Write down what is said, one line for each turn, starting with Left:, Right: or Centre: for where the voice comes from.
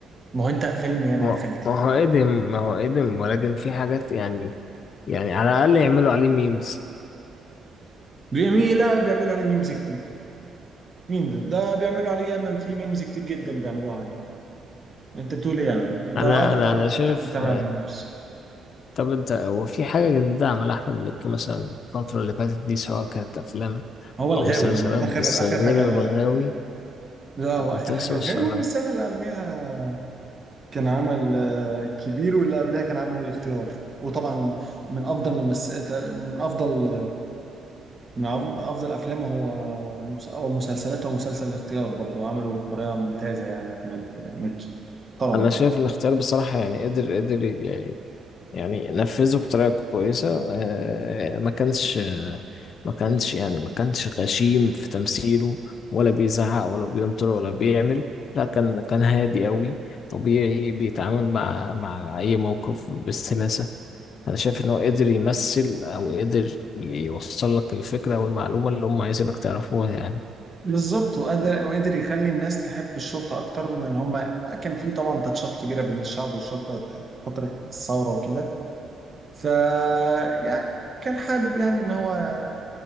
Right: ما هو أنت فيلم يانا
Left: ما
Right: يا خالتي
Left: ما هو قدم ما هو قدم ولكن في حاجات يعني يعني على الأقل يعملوا عليه ميمز
Right: جميلة بيعملوا عليه ميمز كتير. مين ده؟ ده بيعملوا عليه ياما في ميمز كتير جدا بيعملوها عليه انت بتقول ايه يعني؟ ده
Left: أنا
Right: اكتر
Left: أنا أنا شايف
Right: فيلم اتعمل عليه ميمز
Left: طب انت هو في حاجة جديدة عملها أحمد مكي مثلا الفترة اللي فاتت دي سواء كانت أفلام
Right: هو الغاوي
Left: أو مسلسلات
Right: اخر
Left: بس
Right: اخر
Left: غير
Right: حاجه الغاوي
Left: الغاوي
Right: لا هو
Left: أنا كنت
Right: اخر حاجه
Left: لسه
Right: الغاوي
Left: بسألك
Right: والسنه اللي قبلها كان عمل آه، كبير واللي قبلها كان عمل الاختيار وطبعا من افضل ممس... تق- من افضل من أف- افضل افلامه هو آه، مس- او مسلسلاته هو مسلسل الاختيار برضه عمله بطريقه ممتازه يعني احمد مكي طبعا
Left: أنا شايف الاختيار بصراحة يعني قدر قدر ي- يعني نفذه بطريقة كويسة آه، ما كانش ما كانش يعني ما كانش غشيم في تمثيله ولا بيزعق ولا بيمطر ولا بيعمل لا كان كان هادي قوي طبيعي بيتعامل مع مع أي موقف بسلاسة انا شايف ان هو قدر يمثل او قدر يوصل لك الفكره او المعلومه اللي هم عايزينك تعرفوها يعني
Right: بالظبط وقدر وقدر يخلي الناس تحب الشرطة أكتر من هما كان في طبعا تاتشات كبيرة بين الشعب والشرطة فترة الثورة وكده ف يعني كان حابب يعني إن هو